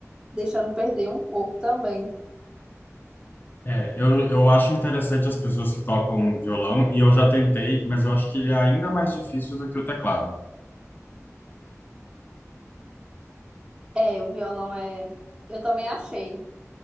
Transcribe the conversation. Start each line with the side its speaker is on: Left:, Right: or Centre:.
Right: deixando perder um pouco também.
Left: É, eu, eu acho interessante as pessoas que tocam violão e eu já tentei, mas eu acho que ele é ainda mais difícil do que o teclado.
Right: É, o violão é. Eu também achei.